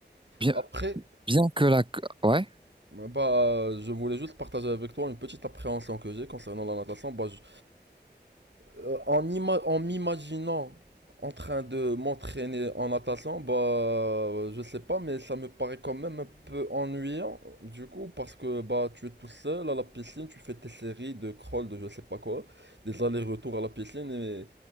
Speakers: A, on the right; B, on the right.
A: bien
B: Après,
A: bien que la ouais
B: Ouais, Bah, euh, je voulais juste partager avec toi une petite appréhension que j'ai concernant la natation. Bah, je- euh, en ima- en m'imaginant en train de m'entraîner en natation, bah, euh, je sais pas, mais ça me paraît quand même un peu ennuyant, du coup, parce que bah, tu es tout seul à la piscine, tu fais tes séries de crawl, de je sais pas quoi, des allers-retours à la piscine, et